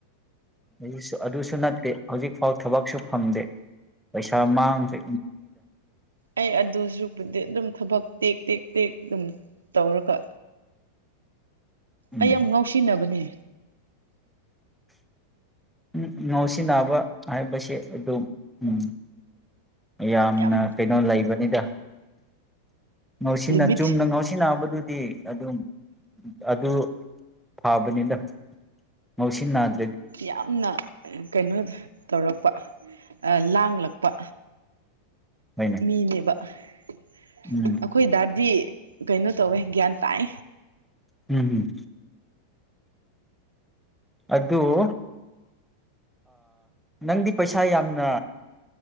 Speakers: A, in the centre; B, on the right.
A: ꯑꯩꯁ ꯑꯗꯨꯁꯨ ꯅꯠꯇꯦ ꯍꯧꯖꯤꯛꯐꯥꯎ ꯊꯕꯛꯁꯨ ꯐꯪꯗꯦ ꯄꯩꯁꯥ ꯃꯥꯡꯁꯦ
B: ꯑꯩ ꯑꯗꯨꯁꯨꯕꯨꯗꯤ ꯑꯗꯨꯝ ꯊꯕꯛ ꯇꯦꯛ ꯇꯦꯛ ꯇꯦꯛ ꯑꯗꯨꯝ ꯇꯧꯔꯒ
A: ꯎꯝ
B: ꯑꯩ ꯌꯥꯝ ꯉꯥꯎꯁꯤꯟꯅꯕꯅꯦ
A: ꯎꯝ ꯉꯥꯎꯁꯤꯟꯅꯕ ꯍꯥꯏꯕꯁꯦ ꯑꯗꯨꯝ ꯎꯝ ꯌꯥꯝꯅ
B: ꯌꯥꯝ
A: ꯀꯩꯅꯣ ꯂꯩꯕꯅꯤꯗ ꯉꯥꯎꯁꯤꯟꯅ
B: ꯂꯤꯃꯤꯠ
A: ꯆꯨꯝꯅ ꯉꯥꯎꯁꯤꯟꯅꯕꯗꯨꯗꯤ ꯑꯗꯨꯝ ꯑꯗꯨ ꯐꯥꯕꯅꯤꯗ ꯉꯧꯁꯤ ꯅꯥꯒ
B: ꯌꯥꯝꯅ ꯀꯩꯅꯣ ꯇꯧꯔꯛꯄ ꯂꯥꯡꯂꯛꯄ
A: ꯍꯣꯏꯅꯦ
B: ꯃꯤꯅꯦꯕ <inaudible>
A: ꯎꯝ
B: ꯑꯩꯈꯣꯏ ꯗꯥꯗꯤ ꯀꯩꯅꯣ ꯇꯧꯋꯦ ꯒ꯭ꯌꯥꯟ ꯇꯥꯏ
A: ꯎꯝ ꯍꯝ ꯑꯗꯨꯗꯨ ꯅꯪꯗꯤ ꯄꯩꯁꯥ ꯌꯥꯝꯅ